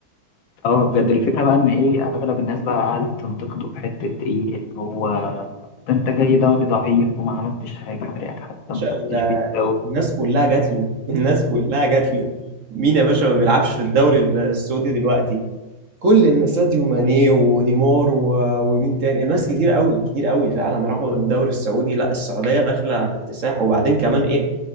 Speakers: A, on the left (about 75°); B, on the right (about 50°).
A: اه بجد الفكرة بقى ان ايه اغلب الناس بقى قعدت تنتقده في حتة ايه اللي هو ده انت جاي دوري ضعيف وما عملتش حاجة فريقك حتى
B: باشا
A: ما خدتش بيه الدوري
B: الناس كلها جات له <laughs> الناس كلها جات له مين يا باشا ما بيلعبش في الدوري السعودي دلوقتي كل الناس ساديو ماني ونيمار و- ومين تاني ناس كتير قوي كتير قوي فعلا راحوا الدوري السعودي لا السعودية داخلة باكتساح وبعدين كمان ايه